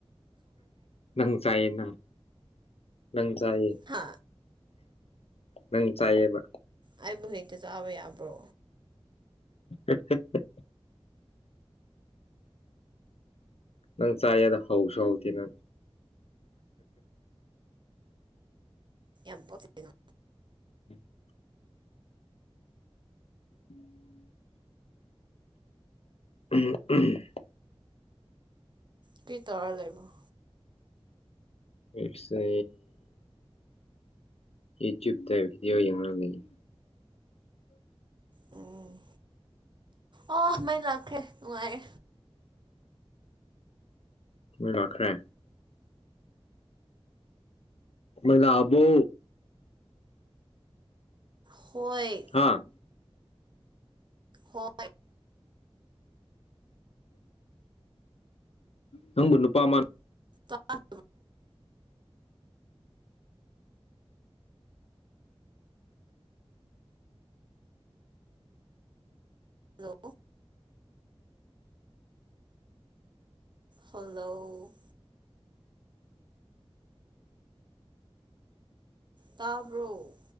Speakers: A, on the left; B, on the right.
A: ꯅꯪ ꯆꯥꯌꯦ ꯅꯪ ꯅꯪ ꯆꯥꯏꯌꯦ
B: ꯍꯥ
A: ꯅꯪ ꯆꯥꯏꯌꯦꯕ
B: ꯑꯩꯕꯨ ꯍꯦꯛꯇ ꯆꯥꯕ ꯌꯥꯕ꯭ꯔꯣ
A: <unintelligible> ꯅꯪ ꯆꯥꯏꯗ ꯍꯥꯎꯁꯨ ꯍꯥꯎꯇꯦ ꯅꯪ
B: ꯌꯥꯝ ꯄꯛꯇꯦ ꯅꯪ
A: <inaudible> <inaudible> <unintelligible>
B: ꯀꯔꯤ ꯇꯧꯔꯥ ꯂꯩꯕꯔꫭ
A: ꯑꯩꯁꯦ ꯌꯨꯇꯨꯞꯇ ꯕꯤꯗꯤꯑꯣ ꯌꯦꯡꯔꯝꯃꯤꯅꯦ
B: ꯎꯝ ꯑꯣ ꯃꯩ ꯂꯥꯛꯈꯔꯦ ꯅꯨꯡꯉꯥꯏꯌꯦ
A: ꯃꯩ ꯂꯛꯈ꯭ꯔꯦ ꯃꯩ ꯂꯥꯛꯑꯕꯣ
B: ꯍꯣꯏ
A: ꯍꯥꯥ
B: ꯍꯣꯏ
A: ꯅꯪꯕꯨ ꯅꯨꯄꯥ ꯃꯥ
B: <inaudible> ꯍꯜꯂꯣ ꯍꯜꯂꯣ ꯇꯥꯕ꯭ꯔꯣ